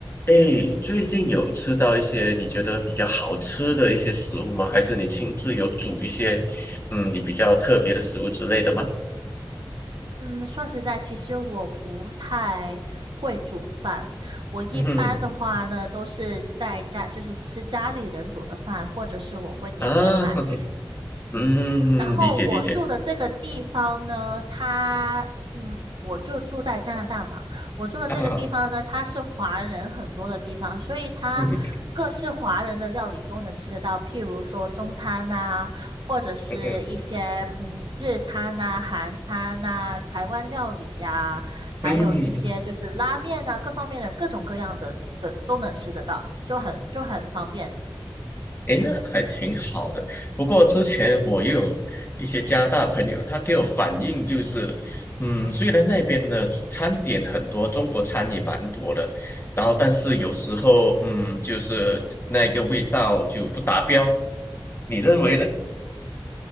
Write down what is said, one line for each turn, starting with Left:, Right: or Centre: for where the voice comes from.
Left: 哎，最近有吃到一些你觉得比较好吃的一些食物吗？还是你亲自有煮一些，嗯，你比较特别的食物之类的吗？
Right: 嗯，说实在，其实我不太会煮饭。我一般的话呢，
Left: 嗯哼
Right: 都是在家，就是吃家里人煮的饭，或者是我会点外卖。
Left: 啊，嗯，
Right: 然后我住的这个地方呢，
Left: 嗯嗯理解理解
Right: 它，嗯，我就住在加拿大嘛。我住的这个地方呢，
Left: 啊，
Right: 它是华人很多的地方，所以它各式华人的料理都能吃得到，
Left: 嗯哼
Right: 譬如说中餐呐、或者是一些嗯日餐呐、
Left: 嗯哼
Right: 韩餐呐、台湾料理呀、还有一些就是拉面呐、
Left: 嗯。
Right: 各方面的各种各样的的都能吃得到，就很就很方便。
Left: 诶，那还挺好的。不过之前我也有一些加拿大朋友，他给我反映就是，嗯，虽然那边的餐点很多，中国餐也蛮多的，然后但是有时候，嗯，就是那个味道就不达标。你认为呢？<laughs>